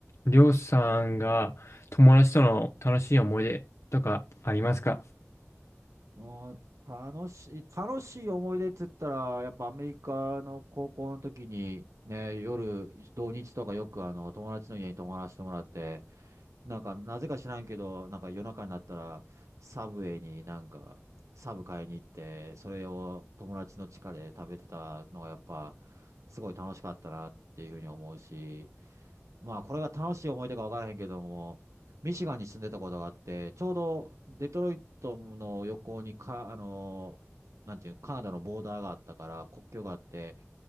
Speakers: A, on the left; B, on the right.
A: りょうさんが友達との楽しい思い出とかありますか
B: うん楽しい、楽しい思い出って言ったら、やっぱアメリカの高校の時に、ね、夜、土日とかよくあの、友達の家に泊まらせてもらって、なんか、なぜか知らんけど、なんか夜中になったら、サブウェイになんか、サブ買いに行って、それを友達の地下で食べてたのがやっぱ、すごい楽しかったなっていうふうに思うし、まあ、これが楽しい思い出かわからへんけども、ミシガンに住んでたことがあって、ちょうどデトロイトの横にか、あの、なんていう、カナダのボーダーがあったから、国境があって、